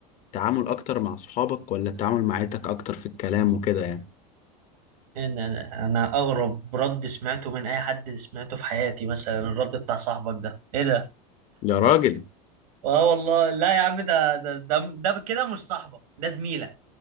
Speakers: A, on the left (about 40°); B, on the right (about 80°).
A: تعامل أكتر مع صحابك ولا التعامل مع عيلتك أكتر في الكلام وكده يعني
B: إن انا انا اغرب رد سمعته من اي حد سمعته في حياتي مثلا الرد بتاع صاحبك ده ايه ده
A: يا راجل
B: اه والله لا يا عم ده ده ده, ده كده مش صاحبك ده زميلك